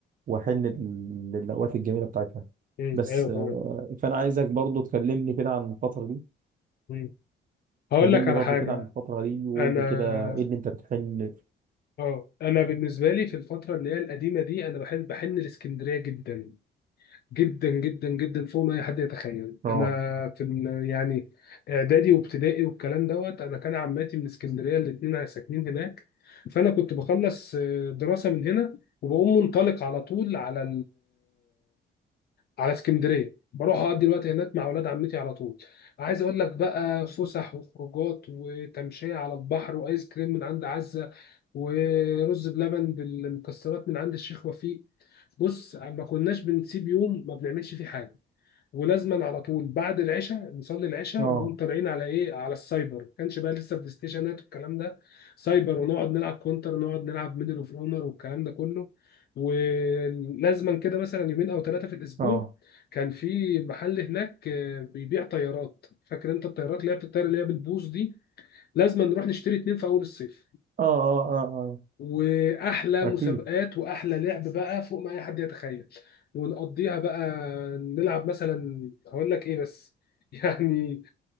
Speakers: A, on the right (about 45°); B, on the left (about 55°).
A: واحن لل- للأوقات الجميلة بتاعتها
B: مم.
A: بس
B: أيوه
A: آه،
B: فعلا
A: فانا عايزك برضو تكلمني كده عن الفترة دي
B: مم. هقول
A: كلمني
B: لك على
A: برضو
B: حاجة
A: كده عن الفترة دي وقول
B: أنا
A: لي كده ايه اللي انت بتحن
B: اه انا بالنسبه لي في الفتره اللي هي القديمه دي انا بحب بحن الاسكندريه جدا جدا جدا جدا فوق ما اي حد يتخيل
A: اه
B: انا في ال- يعني اعدادي وابتدائي والكلام دوت انا كان عماتي من اسكندريه الاثنين ساكنين هناك فانا كنت بخلص آه، دراسه من هنا وبقوم منطلق على طول على على اسكندريه بروح اقضي الوقت هناك مع اولاد عمتي على طول عايز اقول لك بقى فسح وخروجات وتمشيه على البحر وايس كريم من عند عزه ورز بلبن بالمكسرات من عند الشيخ وفيق بص ما كناش بنسيب يوم ما بنعملش فيه حاجه ولازما على طول بعد العشاء نصلي العشاء
A: اه
B: ونقوم طالعين على ايه على السايبر ما كانش بقى لسه بلاي ستيشنات والكلام ده سايبر ونقعد نلعب كونتر ونقعد نلعب ميدل اوف اونر والكلام ده كله ولازما كده مثلا يومين او ثلاثه في الاسبوع
A: اه
B: كان في محل هناك آه، بيبيع طيارات فاكر انت الطيارات اللي هي بتطير اللي هي بالبوص دي لازما نروح نشتري اتنين في اول الصيف
A: اه اه اه
B: واحلى
A: اه
B: مسابقات
A: اكيد
B: واحلى لعب بقى فوق ما اي حد يتخيل ونقضيها بقى نلعب مثلا هقول لك ايه بس <laughs> يعني